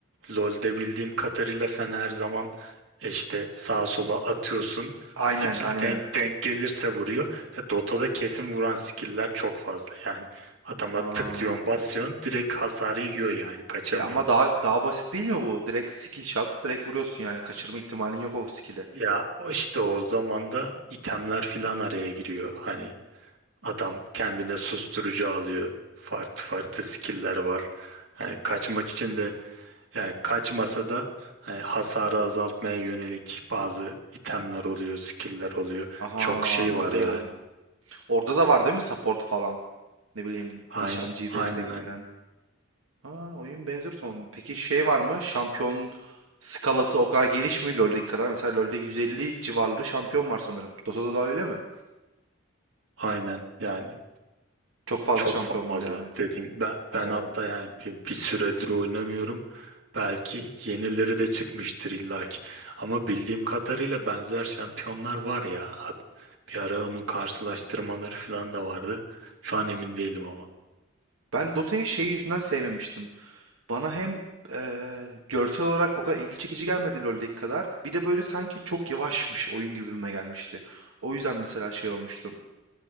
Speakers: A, on the right; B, on the right.
A: LoL'de bildiğim kadarıyla sen her zaman e, işte sağa sola atıyorsun.
B: Aynen
A: Skill
B: aynen.
A: denk denk gelirse vuruyor. E, Dota'da kesin vuran skill'ler çok fazla. Yani adama
B: Aa,
A: tıklıyorsun, basıyorsun, direkt hasarı yiyor yani kaçamıyor.
B: e ama daha daha basit değil mi bu? Direkt skill shot, direkt vuruyorsun yani. Kaçırma ihtimalin yok o skill'i.
A: Ya o işte o zaman da itemler filan araya giriyor. Hani adam kendine susturucu alıyor. Farklı farklı skill'ler var. Yani kaçmak için de Yani kaçmasa da hani hasarı azaltmaya yönelik bazı itemler oluyor, skill'ler oluyor.
B: Aha
A: Çok şey
B: anladım.
A: var yani.
B: Orada da var değil mi support falan? Ne bileyim
A: Aynen,
B: nişancıyı
A: aynen,
B: destekleyen.
A: aynen
B: Ha oyun benzer son. Peki şey var mı? Şampiyon skalası o kadar geniş mi LoL'deki kadar? Mesela LoL'de 150 civarları şampiyon var sanırım. Dota'da da öyle mi?
A: Aynen. yani
B: Çok fazla
A: çok
B: şampiyon
A: fazla
B: var yani.
A: dediğim. Ben,
B: Oo.
A: ben hatta yani bir, bir süredir oynamıyorum. Belki yenileri de çıkmıştır illaki. Ama bildiğim kadarıyla benzer şampiyonlar var ya. Hat- Bir ara onun karşılaştırmaları falan da vardı. Şu an emin değilim ama.
B: Ben Dota'yı şey yüzünden sevmemiştim. Bana hem eee, görsel olarak o kadar ilgi çekici gelmedi LoL'deki kadar. Bir de böyle sanki çok yavaşmış oyun gibime gelmişti. O yüzden mesela şey olmuştum.